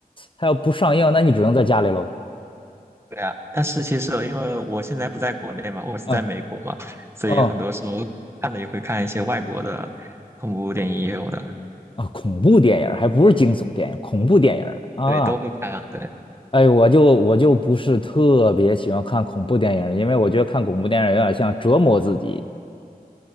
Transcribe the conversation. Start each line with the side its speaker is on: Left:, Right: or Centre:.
Left: 它要不上映，那你只能在家里喽。
Right: 对啊，但是其实因为我现在不在国内嘛，我是在美国嘛，
Left: 嗯
Right: 所以很多时候看的也会看一些外国的恐怖电影也有的，
Left: 哦啊，恐怖电影还不是惊悚电影，恐怖电影啊。
Right: 对，都会看啊，对。
Left: 哎，我就我就不是特别喜欢看恐怖电影儿因为我觉得看恐怖电影儿有点像折磨自己。